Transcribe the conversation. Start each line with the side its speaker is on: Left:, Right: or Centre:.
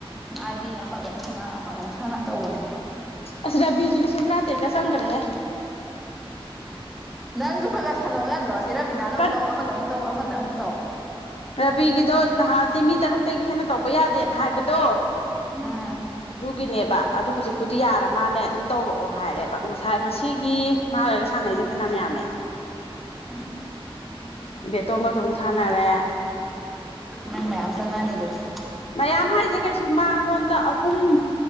Centre: ꯃꯥꯗꯤ ꯑꯃꯒ ꯑꯃꯨꯛ ꯁꯅ ꯑꯃꯒꯧꯨꯛ ꯁꯥꯟꯅ ꯇꯧꯕꯅꯦꯕ
Left: ꯑꯁꯤꯗꯕꯤꯁꯨꯨ ꯂꯤꯁꯤꯡ ꯇꯔꯥꯇꯔꯦꯠꯀ ꯆꯪꯈ꯭ꯔꯦꯍꯦ
Centre: ꯅꯪꯁꯨ ꯈꯔ ꯈꯔ ꯁꯥꯟꯗꯣꯛ ꯌꯥꯗ꯭ꯔꯣꯁꯦ ꯔꯥꯕꯤꯅꯥꯗ ꯑꯃꯨꯛ
Left: ꯀꯟ
Centre: ꯇꯧ ꯑꯃꯗ ꯑꯃꯨꯛ ꯇꯧ ꯑꯃꯗ ꯑꯃꯨꯛ ꯇꯧ
Left: ꯔꯕꯤꯒꯤꯗꯣ ꯅꯍꯥꯟꯗꯤ ꯃꯤ ꯇꯔꯨꯛꯇꯒꯤ ꯍꯦꯟꯅ ꯇꯧꯕ ꯌꯥꯗꯦꯅ ꯍꯥꯏꯕꯗꯣ
Centre: ꯑꯥ
Left: ꯒꯤꯅꯦꯕ ꯑꯗꯣ ꯍꯧꯖꯤꯛꯄꯨꯗꯤ ꯌꯥꯔ ꯃꯥꯅꯦ ꯑꯗꯨꯝ ꯇꯧꯔꯛꯑꯣ ꯍꯥꯏꯔꯦꯕ ꯉꯁꯥꯏ ꯉꯁꯤꯒꯤ ꯃꯥꯔꯒ ꯁꯥꯟꯅꯩꯁ ꯁꯦ ꯐꯅꯌꯥꯝ ꯌꯥꯝꯃꯦ
Centre: ꯍ
Left: ꯦꯇꯣꯡꯒꯁꯨꯛ ꯁꯥꯟꯅꯔꯦ
Centre: ꯅꯪ ꯃꯌꯥꯝ ꯆꯪꯉꯅꯤ ꯑꯗꯨꯗꯤ
Left: ꯃꯌꯥꯝ ꯍꯥꯏꯁꯦ ꯀꯩꯁꯨ ꯃꯉꯣꯟꯗ ꯑꯍꯨꯝ